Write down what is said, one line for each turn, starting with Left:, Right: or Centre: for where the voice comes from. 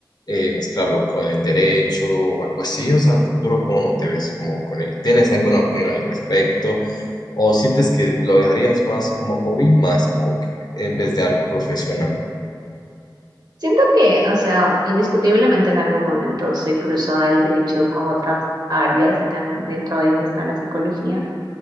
Left: eh, mezclarlo con el derecho o algo así, o sea, al futuro cómo te ves como con ello? ¿Tienes alguna opinión al respecto? ¿O sientes que lo dejarías más como hobby, más como que en vez de algo profesional?
Right: Siento que, o sea, indiscutiblemente en algún momento se cruza el derecho con otras áreas y tan dentro de ella está la psicología.